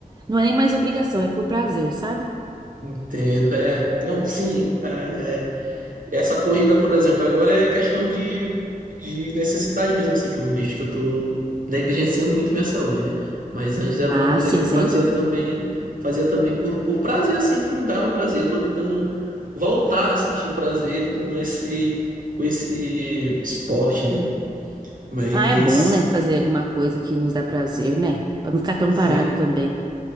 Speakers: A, on the right; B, on the right.
A: Não é nem mais obrigação, é por prazer, sabe?
B: Entendo. É, não, sim. é, Essa corrida, por exemplo, agora é questão de, de necessidade mesmo, assim, que eu vejo que eu tô negligenciando muito minha saúde, né? Mas antes era
A: Ah,
B: uma coisa
A: sim,
B: que eu
A: sem
B: fazia
A: dúvida.
B: também, fazia também por, por prazer, assim, que me dava prazer. Eu tô tentando voltar a sentir prazer com esse, com esse esporte, né? Mas
A: Ah, é bom, né, fazer alguma coisa que nos dá prazer, né? Pra não ficar tão
B: sim,
A: parado também.